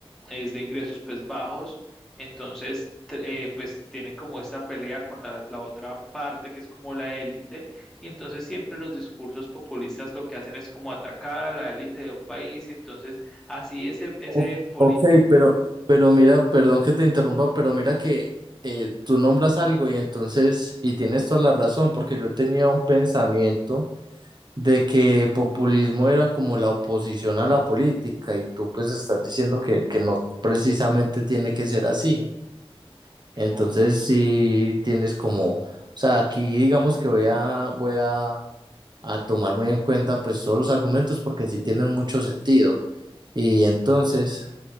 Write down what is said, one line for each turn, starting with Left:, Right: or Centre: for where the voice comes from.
Centre: es de ingresos pues bajos, entonces tr- eh, pues tienen como esta pelea con la, la otra parte que es como la élite, y entonces siempre los discursos populistas lo que hacen es como atacar a la élite de un país, y entonces así ese, ese
Right: O-
Centre: político.
Right: Ok, pero Pero mira, perdón que te interrumpa, pero mira que eh, tú nombras algo y entonces, y tienes toda la razón, porque yo tenía un pensamiento de que populismo era como la oposición a la política y tú pues estás diciendo que, que no precisamente tiene que ser así.
Centre: No,
Right: Entonces sí tienes como, o sea, aquí digamos que voy a, voy a a tomar muy en cuenta pues todos los argumentos porque sí tienen mucho sentido. Y entonces,